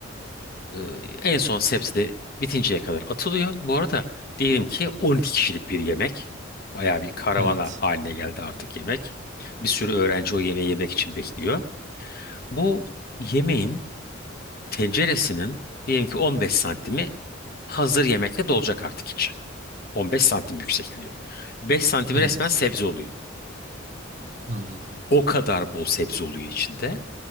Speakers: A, on the left; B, on the right.
A: e, en son sebze de bitinceye kadar atılıyor. Bu arada diyelim ki 12 kişilik bir yemek. Bayağı bir karavana
B: Evet.
A: haline geldi artık yemek. Bir sürü öğrenci o yemeği yemek için bekliyor. Bu yemeğin tenceresinin diyelim ki 15 santimi hazır yemekle dolacak artık içi. 15 santim yüksekliği. 5 santim
B: Evet.
A: resmen sebze oluyor.
B: Anladım.
A: O kadar bol sebze oluyor içinde.